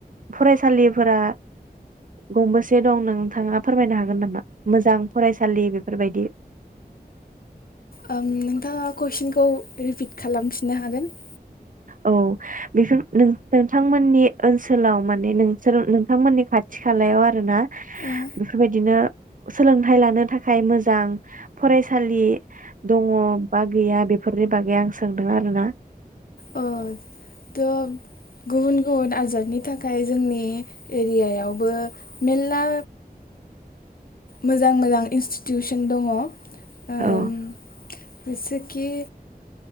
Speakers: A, on the right (about 55°); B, on the left (about 60°).
A: फरायसालिफोरा गंबेसे दं नोंथाङा फोरमायनो हागोन नामा मोजां फरायसालि बेफोरबायदि?
B: ओं नोंथाङा कुइसनखौ रिपिट खालामफिननो हागोन
A: औ बेफोर नों नोंथांमोननि ओनसोलाव माने नोंसोर नोंथांमोननि खाथि खालायाव आरोना
B: ओ
A: बेफोरबायदिनो सोलोंथाइ लानो थाखाय मोजां फरायसालि दङ बा गैया बेफोरनि बागै आं सोंदों आरोना
B: ओ थ' गुबुन गुबुन आजारनि थाखाय जोंनि एरियायावबो मेरला मोजां मोजां इन्स्टिटिउसन दङ। ओम
A: औ
B: इसे खि